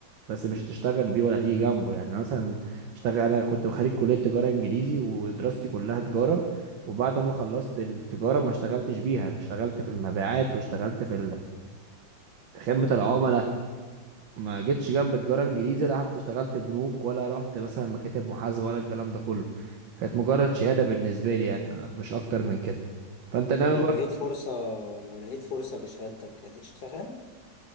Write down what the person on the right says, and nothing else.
بس مش هتشتغل بيه ولا هتيجي جنبه يعني مثلا اشتغل انا كنت خريج كلية تجارة انجليزي ودراستي كلها تجارة وبعد ما خلصت التجارة ما اشتغلتش بيها أنا اشتغلت في المبيعات واشتغلت في في خدمة العملاء ما جيتش جنب تجارة انجليزي لا حتى اشتغلت بنوك ولا رحت مثلا مكاتب محاسبة ولا الكلام ده كله كانت مجرد شهادة بالنسبة لي يعني لا، مش اكتر من كده فانت ناوي
برضه